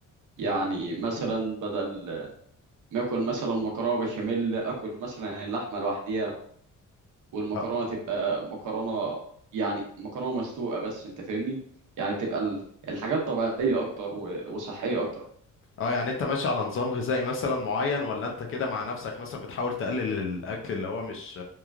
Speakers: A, on the right; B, on the left.
A: يعني
B: مم.
A: مثلا بدل ما اكل مثلا مكرونه بشاميل اكل مثلا اللحمه لوحديها والمكرونه
B: اه
A: تبقى مكرونه يعني مكرونه مسلوقه بس انت فاهمني يعني تبقى ال- الحاجات طبيعيه اكتر و... وصحيه اكتر
B: آه، يعني انت ماشي على نظام غذائي مثلا معين ولا انت كده مع نفسك مثلا بتحاول تقلل الاكل اللي هو مش